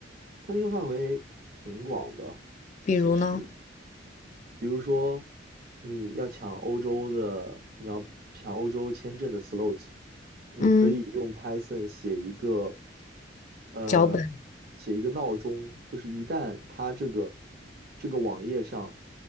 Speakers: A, on the right (about 55°); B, on the left (about 40°).
A: 它的应用范围挺广的，
B: 比如呢，
A: 其实。比如说，你要抢欧洲的，你要抢欧洲签证的 slot，你可以用
B: 嗯，
A: Python 写一个，呃，
B: 脚本
A: 写一个闹钟，就是一旦它这个这个网页上，